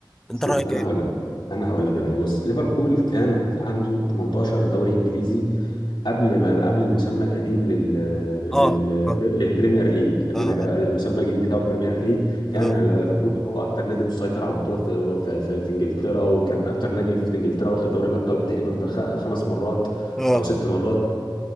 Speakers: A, in the centre; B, on the left.
A: أنت
B: شوف
A: رأيك
B: انا
A: إيه؟
B: هقول لك انا هقول لك دلوقتي بص ليفربول كان عنده 18 دوري انجليزي قبل ما قبل المسمى القديم لل... لل...
A: آه آه
B: للبريمير ليج قبل
A: آه
B: ما يبقى المسمى الجديد بتاعه بريمير ليج كان
A: آه
B: ال- ليفربول هو اكتر نادي مسيطر على البطولات في أورو... في... في... في انجلترا وكان اكتر نادي في انجلترا واخد دوري الابطال تقريبا بخ... خمس مرات
A: آه آه،
B: او ست مرات